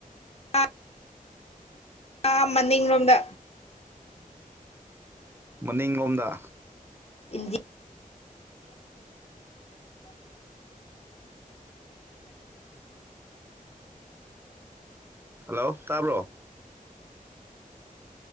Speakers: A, on the left; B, on the right.
A: ꯑꯥ ꯑꯥ ꯃꯅꯤꯡꯂꯣꯝꯗ
B: ꯃꯅꯤꯡꯂꯣꯝꯗ
A: ꯏꯟ
B: ꯍꯜꯂꯣ ꯇꯥꯕ꯭ꯔꯣ